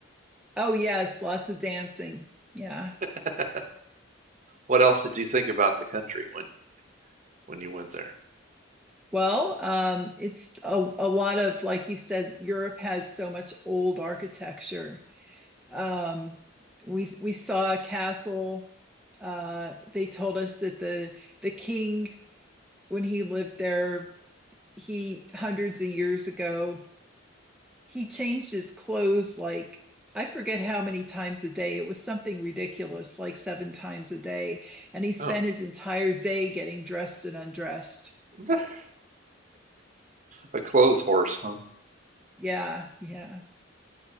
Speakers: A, in the centre; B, on the right.
A: oh yes, lots of dancing. Yeah.
B: <laughs> What else did you think about the country when when you went there?
A: Well, um, it's a, a lot of, like you said, Europe has so much old architecture. Um, we we saw a castle uh, they told us that the the king when he lived there he hundreds of years ago he changed his clothes like I forget how many times a day. It was something ridiculous, like seven times a day. And he spent
B: Oh,
A: his entire day getting dressed and undressed.
B: <laughs> a clothes horse, huh?
A: Yeah, yeah,